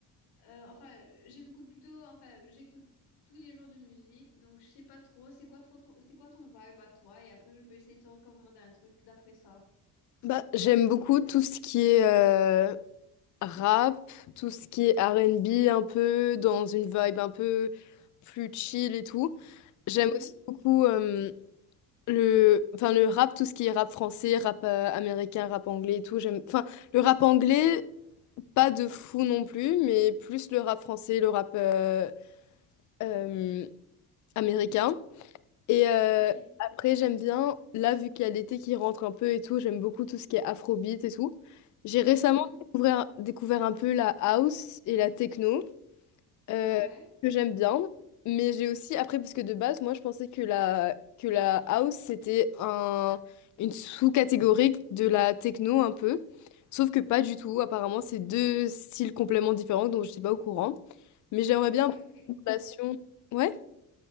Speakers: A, on the left (about 85°); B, on the left (about 50°).
A: euh, enfin, j'écoute plutôt. Enfin, j'écoute tous les genres de musique, donc je sais pas trop. C'est quoi trop ton, c'est quoi ton vibe à toi? Et après, je peux essayer de te recommander un truc d'après ça.
B: Bah, j'aime beaucoup tout ce qui est euh, rap, tout ce qui est R&B un peu, dans une vibe un peu plus chill et tout. J'aime
A: Mhm.
B: aussi beaucoup euh, le, enfin, le rap, tout ce qui est rap français, rap euh, américain, rap anglais et tout. J'aime, enfin, le rap anglais. Pas de fou non plus, mais plus le rap français, le rap euh, euh, américain. Et euh,
A: Ok.
B: après, j'aime bien, là, vu qu'il y a l'été qui rentre un peu et tout, j'aime beaucoup tout ce qui est afrobeat et tout. J'ai récemment
A: Mhm.
B: découvert, découvert un peu la house et la techno euh,
A: Ouais.
B: que j'aime bien. Mais j'ai aussi, après, parce que de base, moi, je pensais que la, que la house, c'était un, une sous-catégorie de la techno un peu. Sauf que pas du tout. Apparemment, c'est deux styles complètement différents, donc je n'étais pas au courant. Mais j'aimerais bien
A: Ouais.
B: un peu une relation. Ouais?